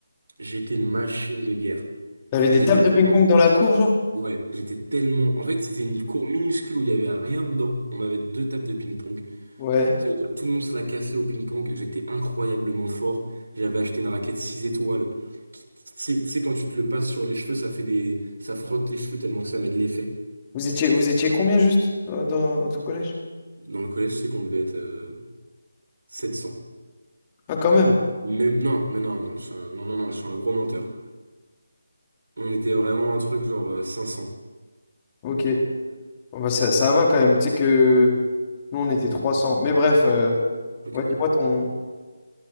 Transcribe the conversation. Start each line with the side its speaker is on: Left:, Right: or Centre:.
Right: J'étais une machine de guerre.
Left: T'avais des
Right: Mais j'étais
Left: tables
Right: tellement...
Left: de ping-pong dans la cour, genre?
Right: Ouais, j'étais tellement... En fait, c'était une cour minuscule où il y avait rien dedans. On avait deux tables de ping-pong.
Left: Ouais.
Right: Ça veut dire que tout le monde se l'a cassé au ping-pong. J'étais incroyablement fort. J'avais acheté une raquette 6 étoiles. qui- qui- Tu sais, tu sais, quand tu te le passes sur les cheveux, ça fait des... ça frotte tes cheveux tellement que ça met de l'effet.
Left: Vous étiez, vous étiez combien juste dans, dans, dans ton collège?
Right: Dans le collège, je sais qu'on devait être euh, 700.
Left: Ah, quand même.
Right: Même... Non, mais non, non, je suis un... non, non, non, je suis un gros menteur. On était vraiment un truc genre euh, 500.
Left: Ok. Bon, bah, ça, ça va quand même. Tu sais que nous, on était trois cents Mais bref, euh,
Right: Ok,
Left: ouais,
Right: ok.
Left: dis-moi ton,